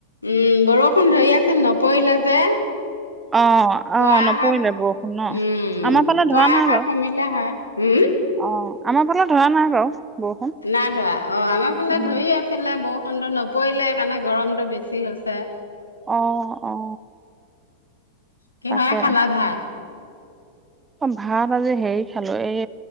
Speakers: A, on the left (about 90°); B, on the right (about 15°).
A: উম বৰষুণ ধৰি আছিল নপৰিলে যে।
B: অ', অ',
A: পোৱা
B: নপৰিলে
A: আহা উম
B: বৰষুণ ন' আমাৰ ফালে ধৰা
A: পোৱা
B: নাই
A: শা
B: বাৰু।
A: কমিলে হয়। উম।
B: অ', আমাৰ ফালে ধৰা নাই বাৰু। বৰষুণ।
A: না ধৰা অ আমাৰ ফালে
B: উম,
A: ধৰি আছিলে বৰষুণটো নপৰিলে সেইকাৰণে গৰমতটো বেছি হৈছে।
B: আহ, অ'
A: কি
B: তাকে
A: হয় খালা ভাত।
B: অ ভাত আজি হেৰি খালো এই